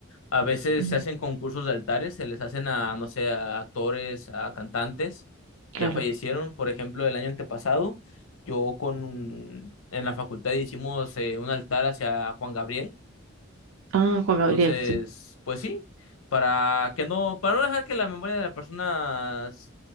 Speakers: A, on the left (about 85°); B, on the right (about 75°).
A: A veces
B: Mm,
A: se hacen concursos de altares, se les hacen a, no sé, a actores, a cantantes que
B: Claro.
A: ya fallecieron. Por ejemplo, el año antepasado, yo con un- en la facultad hicimos eh, un altar hacia Juan Gabriel.
B: Ah, Juan
A: Entonces,
B: Gabriel, sí.
A: pues sí, para que no, para no dejar que la memoria de la persona s-